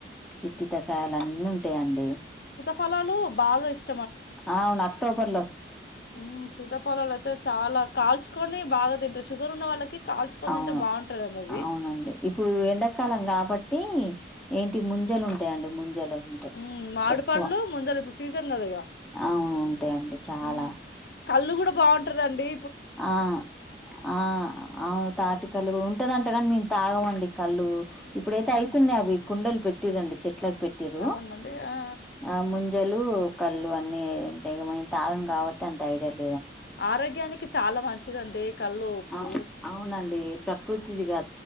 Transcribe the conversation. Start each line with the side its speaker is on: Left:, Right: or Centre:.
Centre: జిట్టితకాయలు అన్ని ఉంటాయిండి.
Left: ఫలాలు బాగా ఇష్
Centre: ఆవును అక్టోబర్లో
Left: ఉ సీతాఫళాలు అయితే చాల కాల్చుకొని బాగా తింటారు షుగర్ ఉన్న వాళ్ళకి కాల్చుకొని
Centre: అవును
Left: తింటే బాగుంటుందండి అది
Centre: అవునండి. ఇప్పుడు ఎండాకాలం కాబట్టి ఏంటి ముంజలు ఉంటాయండి, ముంజలు ఉంటాయి
Left: ఉమ్ మామిడి
Centre: ఎక్కువ
Left: పండ్లు ముందర ఇప్పుడు సీజన్ కదా ఇగ
Centre: అవును ఉంటాయిండి. చాలా
Left: ఉమ్ కళ్ళు కూడా బావుంటదండి
Centre: ఆ ఆ అవును తాటికల్లు కూడా ఉంటదంట. గాని మేం తాగమండి కళ్ళు. ఇప్పుడైతే
Left: ఉమ్
Centre: అయితునావి కుండలు పెట్టిరండి. చెట్ ట్లాక్ పెట్టిరు
Left: అవునండి ఆ
Centre: ఆ ముంజలు కళ్ళు అన్ని అంటే ఇగ మేం తాగం కాబట్టి. అంత ఐడియా లే
Left: ఆరోగ్యానికి చాలా మంచిదండి. కళ్ళు ఉప్పుడు
Centre: ఆ అవునండి ప్రకృతిది గా.